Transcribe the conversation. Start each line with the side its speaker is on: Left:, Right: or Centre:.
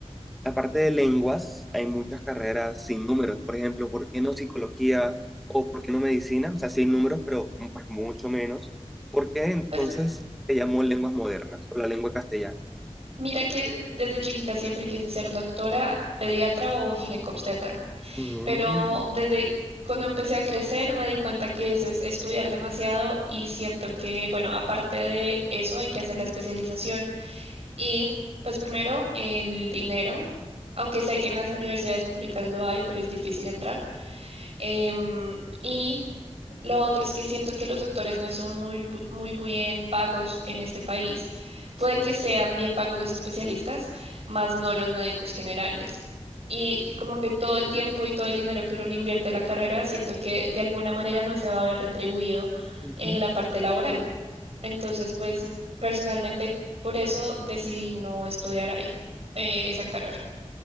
Centre: Aparte de lenguas, hay muchas carreras sin números. Por ejemplo, ¿por qué no psicología o por qué no medicina? O sea, sí hay números, pero mm, pues, mucho menos. ¿Por qué entonces
Right: Pues
Centre: se llamó lenguas modernas o la lengua castellana?
Right: mira que desde chiquita siempre quise ser doctora, pediatra o ginecobstetra,
Centre: Mm,
Right: pero desde cuando empecé a crecer me di cuenta que eso es estudiar demasiado y siento que, bueno, aparte de eso hay que hacer la especialización y pues primero el dinero, aunque sé que en las universidades públicas lo hay, pero es difícil entrar. Em, y lo otro es que siento que los doctores no son muy, bu- muy bien pagos en este país. Puede
Centre: sí.
Right: que sean bien pagos los especialistas, más no los médicos generales. Y como que todo el tiempo y todo el dinero que uno le invierte a la carrera, siento que de alguna manera no se va a ver retribuido
Centre: Ujú.
Right: en la parte laboral. Entonces, pues personalmente por eso decidí no estudiar ahí, eh, esa carrera.